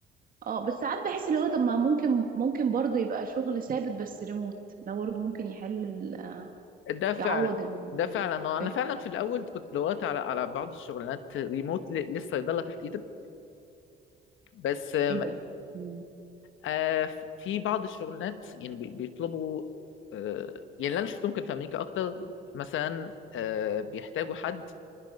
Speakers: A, on the right; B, on the left.
A: اه بس ساعات بحس اللي هو طب ما ممكن ممكن برضو يبقى شغل ثابت بس ريموت ده برضو ممكن يحل ال...
B: ده فعلا
A: يعوض الفكره
B: ده فعلا آه، انا فعلا في الاول كنت دورت على على بعض الشغلانات ريموت ل- للصيدله تحديدا بس آم،
A: ايه ده مم.
B: آه، في بعض الشغلانات يعني بي- بيطلبوا آه، يعني اللي انا شفتهم كان في امريكا اكتر مثلا آه، بيحتاجوا حد